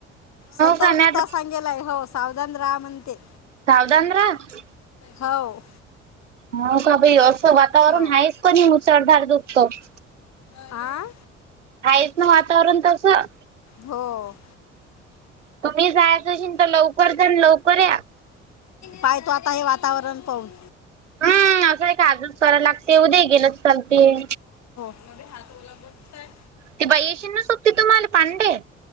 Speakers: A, on the left; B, on the right.
A: सतर्कता
B: का मी वाटलं
A: सांगेलाय हो स सावधान राहा म्हणते
B: सावधान राहा
A: हो.
B: हो का बाई असं वातावरण
A: हो
B: आहेच पण मुसळधार दुखत.
A: हा.
B: आहेच ना वातावरण तसं.
A: हो.
B: तुम्ही जायचं असेल तर लवकर जा आण लवकर ये.
A: पायतो आता हे वातावरण पाऊण.
B: हम्म असंय का आजचं कराय लागते उद्या ई गेलतर चालते.
A: मबे हात ओला बघताय.
B: ती बाई येशीन ना सोबती तुम्हाला पांडे.